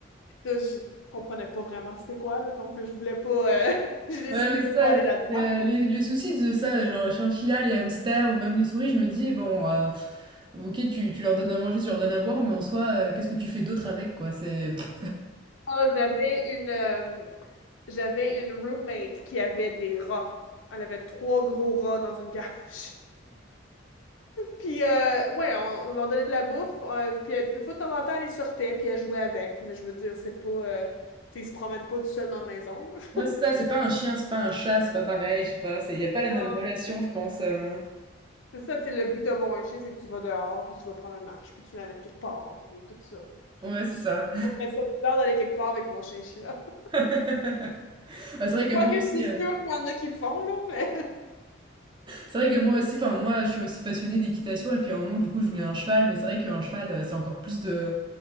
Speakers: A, on the left; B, on the right.
A: Là, je comprenais pas vraiment c'était quoi là, donc euh, je voulais pas. euh, <laughs> J'ai décidé
B: ouais, ouais, c'est
A: de
B: ça.
A: pas aller là-dedans.
B: Le- les, les soucis de ça, genre les chinchillas, les hamsters ou même les souris, je me dis, bon, euh, pff, ok, tu, tu leur donnes à manger, tu leur donnes à boire, mais en soi, euh, qu'est-ce que tu fais d'autre avec, quoi? C'est... pff.
A: Ah, j'avais une, euh, j'avais une roommate qui avait des rats. Elle avait trois gros rats dans une cage. Puis, euh, ouais, on, on leur donnait de la bouffe. euh, puis, elle- une fois de temps en temps, elle les sortait, puis elle jouait avec. Mais je veux dire, c'est pas. euh, tu sais, ils se promènent pas tout seuls dans la maison,
B: Ouais,
A: là.
B: c'est
A: <laughs>
B: ça, c'est pas un chien, c'est pas un chat, c'est pas pareil, je sais pas, il n'y a pas la
A: Non.
B: même relation, je pense. euh.
A: C'est ça, tu sais, le but d'avoir un chien, c'est que tu vas dehors, puis tu vas prendre une marche, puis tu l'amènes quelque part, puis tout ça.
B: Ouais,
A: Je,
B: c'est
A: je
B: ça.
A: trouverais ça bizarre d'aller quelque part avec mon chien-chien, là. <laughs>
B: <laughs> Ah, c'est vrai que
A: Quoique,
B: moi aussi,
A: je suis
B: euh,
A: sûre qu'il y en a qui le font, là, mais. <laughs>
B: c'est vrai que moi aussi, enfin moi je suis aussi passionnée d'équitation et puis à un moment du coup je voulais un cheval, mais c'est vrai qu'un cheval euh, c'est encore plus de,